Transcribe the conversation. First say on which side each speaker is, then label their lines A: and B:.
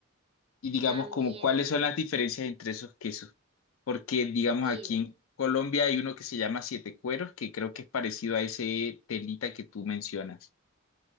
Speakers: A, on the left; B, on the right.
A: Y digamos,
B: También,
A: como cuáles
B: ten-
A: son las diferencias entre esos quesos. Porque, digamos,
B: mira,
A: aquí en Colombia hay uno que se llama Siete Cueros, que creo que es parecido a ese telita que tú mencionas.